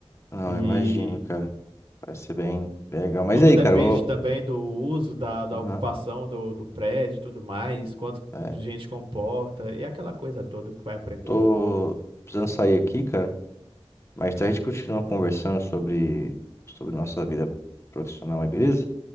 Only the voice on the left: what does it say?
Não,
eu imagino, cara. Vai ser bem, bem legal. Mas
aí,
cara, eu vou.
Aham,
é.
Tô precisando sair aqui, cara. Mas a gente continua conversando sobre, sobre nossa vida profissional aí, beleza?